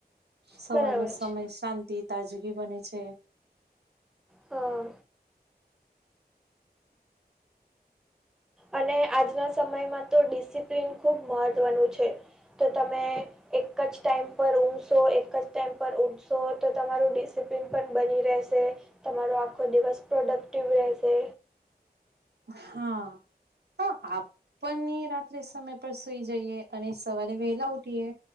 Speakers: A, on the right; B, in the centre.
A: સવારનો
B: બરાબર
A: સમય
B: છે
A: શાંતિ તાજગી બને છે
B: હા અને આજના સમયમાં તો ડિસિપ્લિન ખૂબ મહત્વનું છે તો તમે એક જ ટાઈમ પર ઊંધશો એક જ ટાઈમ પર ઊઠશો તો તમારું ડિસિપ્લિન પણ બની રહેશે તમારો આખો દિવસ પ્રોડક્ટિવ રહેશે
A: હા હ આપ પણ રાત્રે સમય પર સુઈ જઈએ અને સવારે વહેલા ઉઠીએ